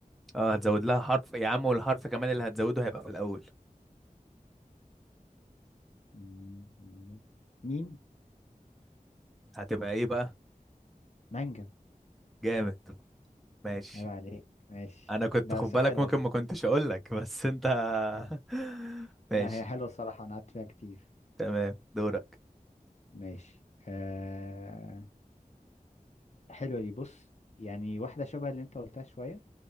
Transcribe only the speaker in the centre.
اه هتزود لها حرف يا عم والحرف كمان اللي هتزوده هيبقى في الاول
هتبقى ايه بقى
جامد ماشي
انا كنت
خد
بالك
ممكن
ما كنتش اقول لك بس انت
<laughs> ماشي
تمام دورك